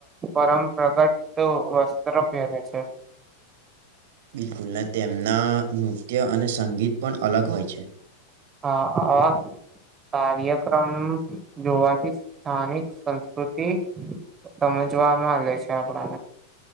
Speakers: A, on the right (about 20°); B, on the right (about 55°).
A: પરંપરાગત વસ્ત્ર પહેરે છે
B: બિલકુલ તેમના નૃત્ય અને સંગીત પણ અલગ હોય છે
A: હા આવા કાર્યક્રમ જોવાથી સ્થાનિક સંસ્કૃતિ સમજવાવામાં લે છે આપડાને